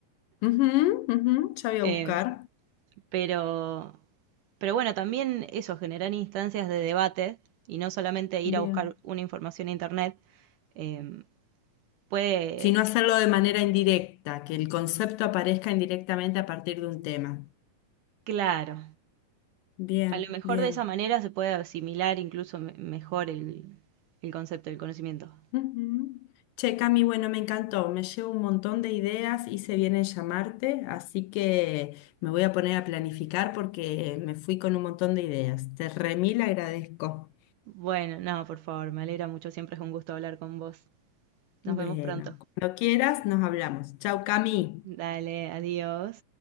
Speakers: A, on the left; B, on the right.
A: Ujú, ujú, Ya voy
B: Eh,
A: a buscar.
B: pero, pero bueno, también eso, generar instancias de debate y no solamente ir
A: Bien.
B: a buscar una información en internet, eh, puede,
A: Sino hacerlo de manera indirecta, que el concepto aparezca indirectamente a partir de un tema.
B: claro,
A: Bien,
B: a lo mejor
A: bien.
B: de esa manera se puede asimilar incluso me- mejor el, el concepto del conocimiento.
A: Ujú. Che, Cami, bueno, me encantó, me llevo un montón de ideas, hice bien en llamarte, así que me voy a poner a planificar porque me fui con un montón de ideas. Te remil agradezco.
B: Bueno, no, por favor, me alegra mucho, siempre es un gusto hablar con vos. Nos
A: Bueno,
B: vemos pronto.
A: cuando quieras nos hablamos. Chau, Cami.
B: Dale, adiós.